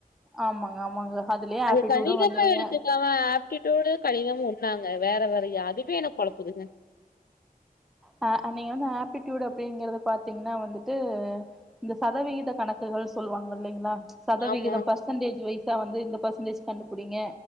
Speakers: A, in the centre; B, on the left.
A: ஆமாங்க ஆமாங்க அதுலயே
B: அது
A: ஆப்டிடியூடு
B: கணிதமா
A: வந்துருங்க
B: எடுத்துக்கவ ஆப்டூடு கணிதம் ஒன்னாங்க வேற வேறயா இதுவே எனக்கு குழப்புதுங்க
A: ஹ நீங்க வந்து ஆப்டூடு அப்படிங்கறது பாத்தீங்கன்னா வந்துட்டு இந்த சதவிகித கணக்குகள் சொல்லுவாங்க இல்லலைங்களா சதவிகிதம்
B: ஆமா
A: பர்சன்டேஜ் வைஸா வந்து இந்த பர்சன்டேஜ் கண்டுபிடிங்க